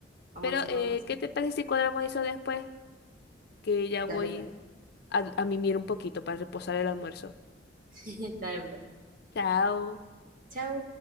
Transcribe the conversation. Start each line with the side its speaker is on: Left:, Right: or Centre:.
Right: Vamos
Left: Pero,
Right: a hacerlo,
Left: eh,
Right: vamos a hacerlo.
Left: ¿qué te parece si cuadramos eso después? Que ya
Right: Dale
Left: voy.
Right: pues.
Left: a, a mimir un poquito para reposar el almuerzo.
Right: <laughs> Dale pues.
Left: Chao.
Right: Chao.